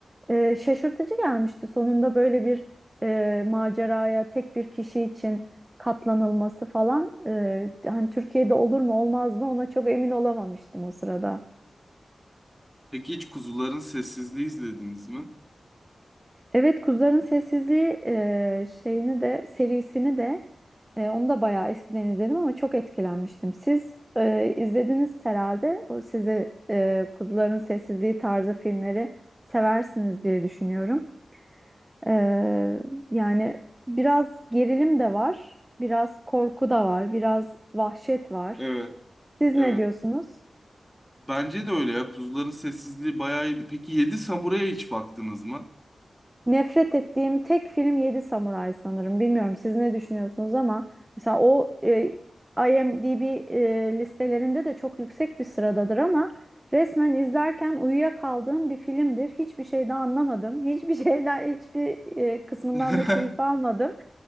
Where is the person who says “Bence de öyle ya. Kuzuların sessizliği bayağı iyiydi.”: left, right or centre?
Centre